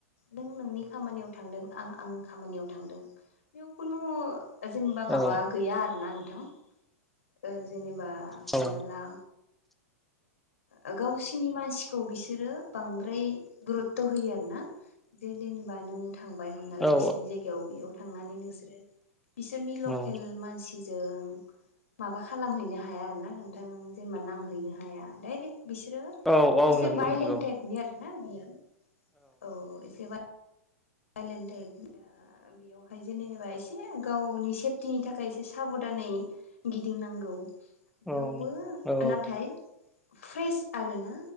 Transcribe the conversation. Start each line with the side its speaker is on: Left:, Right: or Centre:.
Left: नों नोंनि खामानिआव थांदों आं आं खामानिआव थांदों बेयाव खुनु ओ जेनोबा
Centre: औ
Left: माबा गैया आरोना नोंथां ओ जेनोबा हमना
Centre: औ
Left: ला ओ गावसिनि मासिखौ बिसोरो बांद्राय गुरुत्थ' होयो आरोना जेदिन बा नों थांबाय हमना ला
Centre: औ
Left: बिसोरनि जायगायाव बेयाव थांनानै नोंसोर बिसोरनि लकेल
Centre: औ
Left: मानसि जों माबा खालामहैनो हाया आरो ना नोंथां जेनेबा नांहैनो हाया डाइरेक्ट बिसोरो <unintelligible>
Centre: औ औ
Left: एसे
Centre: नंगौ
Left: भायलेन
Centre: नंगौ
Left: थाइभनि आरो ना बेओ औ एसे बायलेन्द टाइभनि जा बेयावहाय जेनेबा एसे गावनि सेफटिनि थाखाय एसे साबधानै गिदिंनांगौ। बेयावबो
Centre: औ औ
Left: नाथाय फ्रेस आरो ना‌